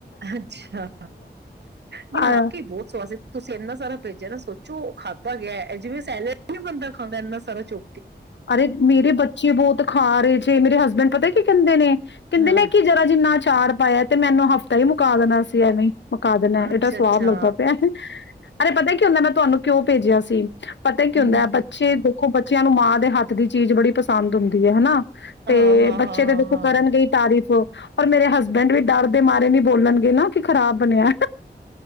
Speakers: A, on the right (about 70°); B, on the left (about 85°).
A: ਅੱਛਾ, ਨਹੀਂ
B: ਆ
A: ਵਾਕਈ ਬਹੁਤ ਸਵਾਦ ਸੀ ਤੁਸੀਂ ਇੰਨਾ ਸਾਰਾ ਭੇਜਿਆ ਨਾ ਸੋਚੋ ਉਹ ਖਾਧਾ ਗਿਆ। ਇਹ ਜਿਵੇਂ ਸੈਲਡ ਨੀ ਬੰਨਦਾ ਖਾਂਦਾ ਇੰਨਾ ਸਾਰਾ ਚੁ
B: ਅਰੇ ਮੇਰੇ ਬੱਚੇ ਬਹੁਤ ਖਾ ਰਹੇ ਜੇ, ਮੇਰੇ ਹਸਬੈਂਡ ਪਤਾ ਕੀ ਕਹਿੰਦੇ ਨੇ? ਕਹਿੰਦੇ
A: ਹਾਂ
B: ਨੇ ਕਿ ਜਰਾ ਜਿੰਨਾ ਚਾਰ ਪਾਇਆ ਤੇ ਮੈਨੂੰ ਹਫ਼ਤਾ ਹੀ ਮੁਕਾ ਦੇਣਾ ਸੀ ਐਵੇਂ ਈ। ਪਾ ਦੇਨਾ,
A: ਅੱਛਾ
B: ਏਡਾ ਸਵਾਦ
A: ਅੱਛਾ
B: ਲੱਗਦਾ ਪਿਆ। ਅਰੇ ਪਤਾ ਕੀ ਹੁੰਦਾ, ਮੈਂ ਤੁਹਾਨੂੰ ਕਿਉਂ ਭੇਜਿਆ ਸੀ? ਪਤਾ ਕੀ
A: ਹੂੰ
B: ਹੁੰਦਾ
A: ਹੂੰ
B: ਹੈ ਬੱਚੇ ਖੋ ਬ ਬੱਚਿਆਂ ਨੂੰ ਮਾਂ ਦੇ ਹੱਥ ਦੀ ਚੀਜ਼ ਬੜੀ ਪਸੰਦ ਹੁੰਦੀ ਐ, ਹਨਾ? ਤੇ
A: ਹਾਂ ਹਾਂ
B: ਬੱਚੇ
A: ਹਾਂ ਹਾਂ
B: ਤੇ ਦੇਖੋ ਕਰਨਗੇ
A: ਹਾਂ
B: ਈ ਤਾਰੀਫ਼। ਔਰ ਮੇਰੇ ਹਸਬੈਂਡ ਵੀ ਡਰ ਦੇ ਮਾਰੇ ਨੀ ਬੋਲਨਗੇ ਨਾ। ਕੀ ਖ਼ਰਾਬ ਬਣਿਆ।